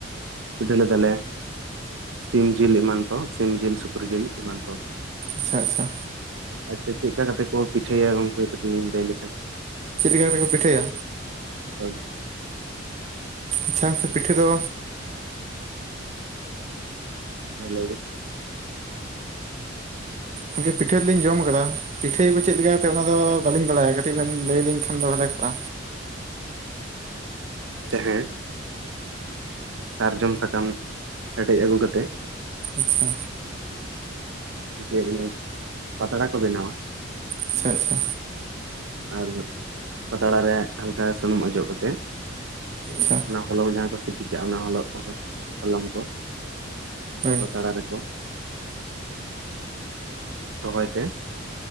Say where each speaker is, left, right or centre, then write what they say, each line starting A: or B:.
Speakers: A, on the right; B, on the right.
A: ᱯᱤᱴᱷᱟᱹ ᱞᱮᱫᱟᱞᱮ ᱥᱤᱢ ᱡᱤᱞ ᱮᱢᱟᱱ ᱠᱚ ᱥᱤᱢ ᱡᱤᱞ ᱥᱩᱠᱨᱤ ᱡᱤᱞ ᱮᱢᱟᱱ ᱠᱚ᱾
B: ᱟᱪᱪᱷᱟ ᱟᱪᱪᱷᱟ᱾
A: ᱟᱪᱪᱷᱟ ᱪᱮᱫ ᱠᱟ ᱠᱟᱛᱮ ᱠᱚ ᱯᱤᱴᱷᱟᱹᱭᱟ ᱜᱚᱝᱠᱮ ᱢᱮᱱ <inaudible> ᱞᱟᱹᱭ ᱞᱮᱠᱷᱟᱱ
B: ᱪᱮᱫ ᱞᱮᱠᱟᱛᱮ ᱠᱚ ᱯᱤᱴᱷᱟᱹᱭᱟ?
A: <inaudible>
B: ᱟᱪᱪᱷᱟ ᱜᱚᱢᱠᱮ ᱯᱤᱴᱷᱟᱹ ᱫᱚ
A: ᱦᱮᱸ ᱞᱮᱭ ᱵᱤᱱ
B: ᱜᱚᱝᱠᱮ ᱯᱤᱴᱷᱟᱹ ᱞᱤᱧ ᱡᱚᱢ ᱟᱠᱟᱫᱟ ᱯᱤᱴᱷᱟᱹᱭᱟ ᱠᱚ ᱪᱮᱫᱞᱮᱠᱟ ᱚᱱᱟ ᱫᱚ ᱵᱟᱹᱞᱤᱧ ᱵᱟᱲᱟᱭᱟ ᱠᱟᱹᱴᱤᱡ ᱵᱮᱱ ᱞᱟᱹᱭ ᱟᱹᱞᱤᱧ ᱠᱷᱟᱱ ᱫᱚ ᱵᱷᱟᱜᱮ ᱠᱚᱜᱼᱟ᱾
A: ᱡᱟᱦᱟᱸ ᱥᱟᱨᱡᱚᱢ ᱥᱟᱠᱟᱢ ᱦᱮᱰᱮᱡ ᱟᱹᱜᱩ ᱠᱟᱛᱮᱜ
B: ᱟᱪᱪᱷᱟ
A: ᱡᱮ <inaudible> ᱯᱟᱛᱲᱟ ᱠᱚ ᱵᱮᱱᱟᱣᱟ᱾
B: ᱟᱪᱪᱷᱟ ᱟᱪᱪᱷᱟ᱾
A: ᱟᱨ ᱯᱟᱛᱲᱟ ᱨᱮ ᱦᱟᱞᱠᱟ ᱥᱩᱱᱩᱢ ᱚᱡᱚᱜ ᱠᱟᱛᱮᱫ
B: ᱟᱪᱪᱷᱟ
A: ᱚᱱᱟ ᱦᱚᱞᱚᱝ ᱡᱟᱦᱟᱸ ᱠᱚ ᱥᱤᱯᱤ ᱠᱟᱜ ᱚᱱᱟ ᱦᱚ ᱦᱚᱞᱚᱝ ᱠᱚ
B: ᱦᱳᱭ
A: ᱯᱟᱛᱲᱟ ᱨᱮ ᱦ <inaudible> ᱫᱚᱦᱚᱭ ᱛᱮ